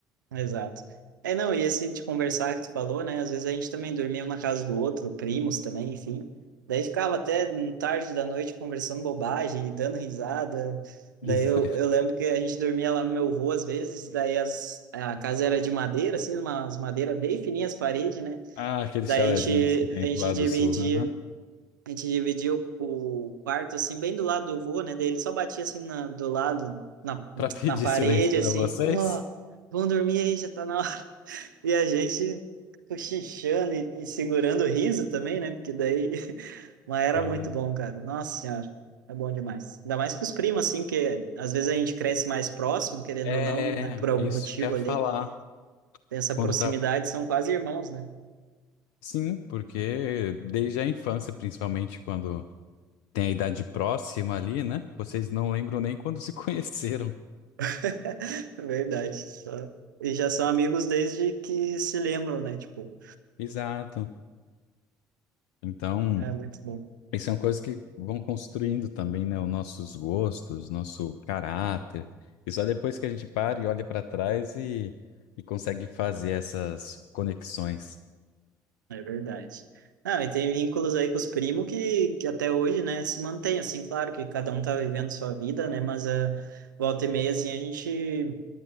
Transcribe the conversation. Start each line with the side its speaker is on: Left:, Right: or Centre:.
Right: Exato. É, não, e esse de conversar que tu falou, né? Às vezes a gente também dormia um na casa do outro, primos também, enfim. Daí ficava até tarde da noite conversando bobagem, dando risada. Daí
Left: Isso.
Right: eu,
Left: <laughs>
Right: eu lembro que a gente dormia lá no meu avô às vezes, daí as, a casa era de madeira, assim, umas madeira bem fininhas as paredes, né?
Left: Ah, aqueles
Right: Daí
Left: chalezinhos
Right: a gente,
Left: que tem
Right: a gente
Left: pro lado
Right: dividia,
Left: do sul, aham.
Right: a gente dividia o, o quarto, assim, bem do lado do vô, né? Daí ele só batia, assim, na, do lado, na,
Left: Pra pedir
Right: na parede,
Left: <laughs> silêncio pra
Right: assim,
Left: vocês.
Right: ó, vão dormir aí, já tá na e a gente cochichando e, e segurando o riso também, né? Porque daí. <laughs> Mas era
Left: Ah,
Right: muito bom, cara. Nossa Senhora, é bom demais. Ainda mais com os primos, assim, que às vezes a gente cresce mais próximo, querendo
Left: É,
Right: ou não, né? Por algum
Left: isso
Right: motivo
Left: que eu ia
Right: ali.
Left: falar.
Right: Tem essa
Left: Quando
Right: proximidade,
Left: tá.
Right: são quase irmãos, né?
Left: Sim, porque desde a infância, principalmente quando tem a idade próxima ali, né? Vocês não lembram nem quando se <laughs> conheceram.
Right: <laughs> Verdade. Só- E já são amigos desde que se lembram, né? Tipo,
Left: Exato. Então,
Right: é muito bom.
Left: isso é uma coisa que vão construindo também, né? Os nossos gostos, nosso caráter. E só depois que a gente para e olha para trás e, e consegue fazer essas conexões.
Right: É verdade. Não, e tem vínculos aí com os primos que, que até hoje, né, se mantém, assim, claro que cada um tá vivendo sua vida, né, mas a volta e meia, assim, a gente